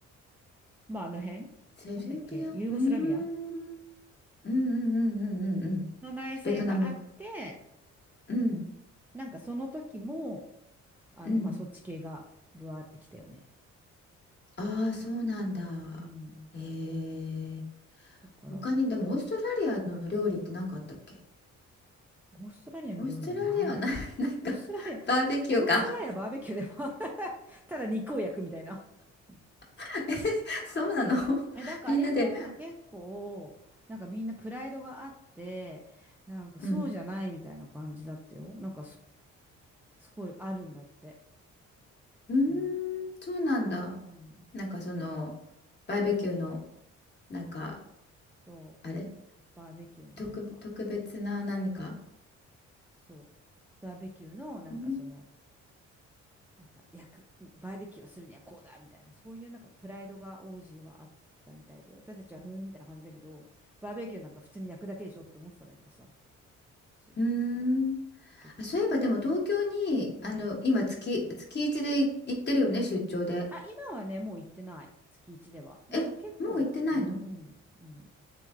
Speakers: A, in the centre; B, on the left.
A: まあ、あの辺なんだっけ、
B: セルビア、
A: ユーゴスラビア
B: うーん、うんうんうんうんうんうん。
A: の内戦があって、
B: ベトナム、うん
A: なんかその時も、あの、
B: うん。
A: まあ、そっち系がブワーってきたよね。
B: ああ、そうなんだ。
A: うん。
B: へえ。
A: だから、
B: 他に、でもオーストラリアの料理って何かあったっけ
A: オーストラリアの料理はない。
B: オーストラリアはない、<laughs> なんか。
A: オーストラリア、
B: バーベキューか。
A: オーストラリアバーベキューでも <laughs> ただ肉を焼くみたいな。うん
B: <laughs> え、そうなの <laughs>
A: え、なんかあれも結構、
B: みんなで。
A: なんかみんなプライドがあって、なんかそうじゃないみたいな感じだったよ。
B: うん。
A: なんかす、すごいあるんだって。
B: うーん、
A: その、
B: そうなんだ。
A: うん。
B: なんかその、バーベキューの、なんか、
A: そ
B: あれ
A: う。バーベキューのなんか、
B: 特、特別な何か
A: そう。バーベキューのなんかその、
B: うん
A: なんか焼く、バーベキューをするにはこうだみたいな、そういうなんかプライドが王子はあったみたいで、私たちはふーんみたいな感じだけど、バーベキューなんか普通に焼くだけでしょって思ってたんだけどさ。そうそうそう。
B: うーん
A: だけど、
B: あ、そういえばでも東京にあの今月、
A: うん。
B: 月1でい行ってるよね出張で。
A: あ、今はね、もう行ってない。月一では。でも結構行ってる。
B: え、もう行ってないの
A: うん、うん。